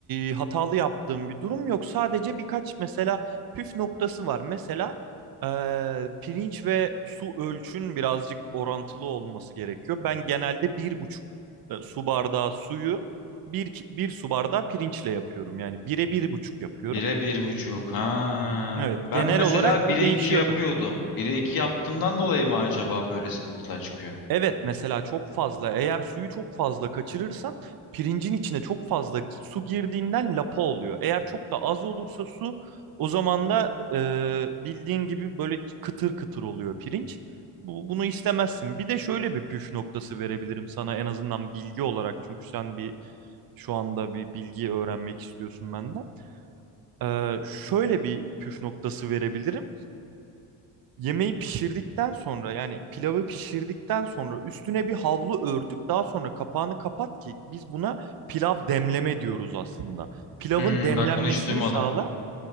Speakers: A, on the right; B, on the left.
A: e, hatalı yaptığım bir durum yok. Sadece birkaç mesela püf noktası var. Mesela e, pirinç ve su ölçün birazcık orantılı olması gerekiyor. Ben genelde bir buçuk e, su bardağı suyu bir, ki- bir su bardağı pirinçle yapıyorum. Yani bire bir buçuk yapıyorum.
B: Bire bir buçuk. Ha.
A: Evet,
B: Ben
A: genel
B: mesela
A: olarak
B: bire
A: bu değişiyor
B: iki yapıyordum.
A: tabii.
B: Bire iki yaptığımdan dolayı mı acaba böyle sıkıntılar çıkıyor?
A: Evet mesela çok fazla eğer suyu çok fazla kaçırırsan pirincin içine çok fazla su girdiğinden lapa oluyor. Eğer çok da az olursa su o zaman da e, bildiğin gibi böyle kıtır kıtır oluyor pirinç. Bu, bunu istemezsin. Bir de şöyle bir püf noktası verebilirim sana en azından bilgi olarak çünkü sen bir şu anda bir bilgi öğrenmek istiyorsun benden. E, şöyle bir püf noktası verebilirim. Yemeği pişirdikten sonra yani pilavı pişirdikten sonra üstüne bir havlu örtüp daha sonra kapağını kapat ki biz buna pilav demleme diyoruz aslında. Pilavın
B: Hmm,
A: demlenmesini
B: bak bunu hiç duymadım.
A: sağla.